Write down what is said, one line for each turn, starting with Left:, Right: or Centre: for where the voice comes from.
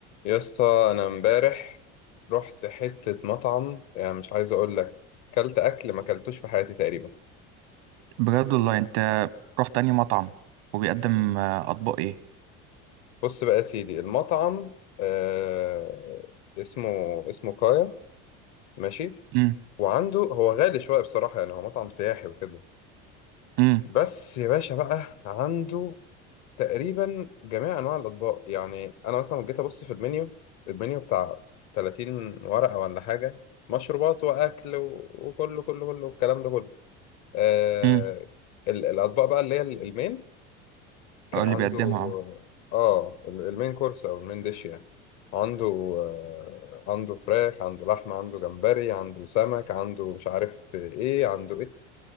Left: يا اسطى انا امبارح رحت حتة مطعم يعني مش عايز اقول لك كلت اكل ما كلتوش في حياتي تقريبا
Right: بجد والله انت رحت انهي مطعم وبيقدم آه، اطباق ايه
Left: بص بقى يا سيدي المطعم آه اسمه اسمه كايا ماشي
Right: امم
Left: وعنده هو غالي شوية بصراحة يعني هو مطعم سياحي وكده
Right: امم
Left: بس يا باشا بقى عنده تقريبا جميع انواع الاطباق يعني انا مثلا جيت ابص في المنيو المنيو بتاع 30 ورقة ولا حاجة مشروبات واكل و- وكله كله كله الكلام ده كله آه
Right: امم
Left: ال- الاطباق بقى اللي هي ال- المين كان
Right: قال
Left: عنده
Right: لي بيقدمها اه
Left: اه ال- المين كورس او المين ديش يعني عنده آه عنده فراخ عنده لحمه عنده جمبري عنده سمك عنده مش عارف ايه عنده ايه